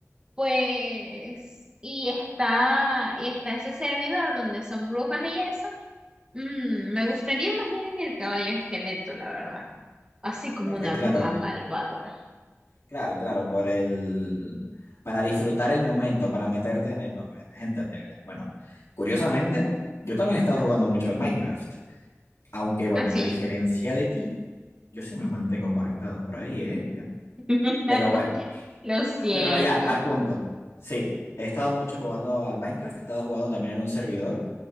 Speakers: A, on the right (about 15°); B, on the left (about 65°).
A: pues, y está, y está ese servidor donde son brujas y eso, mm, me gustaría más ir en el caballo esqueleto, la verdad. Así como
B: Ok,
A: una
B: claro,
A: bruja malvada.
B: claro, claro, por el... para disfrutar el momento, para meterte en el papel, es entendible. Bueno, curiosamente, yo también he estado
A: Ujú.
B: jugando mucho al Minecraft, aunque bueno,
A: Así.
B: a diferencia de ti, yo sí me mantengo conectado por ahí, ¿eh?
A: <laughs>
B: Pero bueno.
A: Lo siento.
B: Pero bueno, ya, al punto. Sí, he estado mucho jugando al Minecraft, he estado jugando también en un servidor